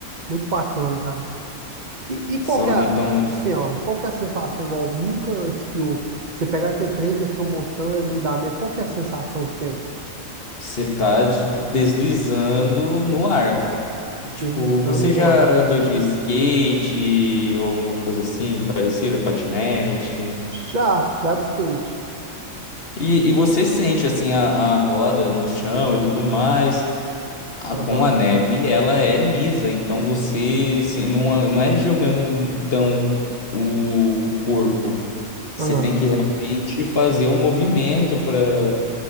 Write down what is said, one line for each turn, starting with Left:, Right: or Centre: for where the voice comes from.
Right: Muito bacana, cara. E, e qual
Left: São-
Right: que é,
Left: Então,
Right: assim, ó, qual que é a sensação igual nunca esquiou? Você pegar aquele trem, descer uma montanha, no meio da neve, qual que é a sensação que tem?
Left: você tá de- deslizando no ar. Tipo,
Right: Deslizando
Left: você
Right: no
Left: já
Right: ar.
Left: andou de skate ou alguma coisa assim, parecida, patinete?
Right: Já, já de skate.
Left: E, e você sente, assim, a, a roda no chão e tudo mais. Ah,
Right: Aham,
Left: com a neve, ela é lisa, então você assim, não, não é jogando tão o corpo. Você
Right: aham,
Left: tem que realmente fazer o movimento para